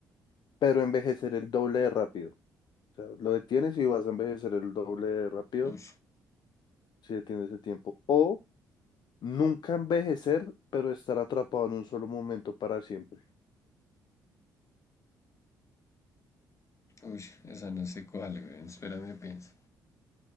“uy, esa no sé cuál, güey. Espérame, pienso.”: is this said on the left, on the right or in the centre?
Left